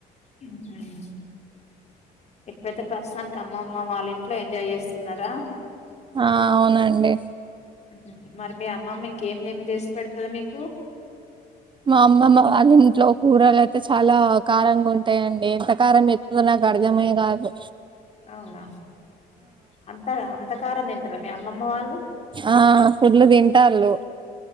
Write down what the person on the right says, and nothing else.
ఆ అవునండి
మా అమ్మమ్మ వాళ్ళింట్లో కూరలైతే చాలా కారంగుంటాయండి ఎంత కారం ఎత్తుదో న కర్దమేగాదు
ఆ ఫుడ్లు దింటాల్లు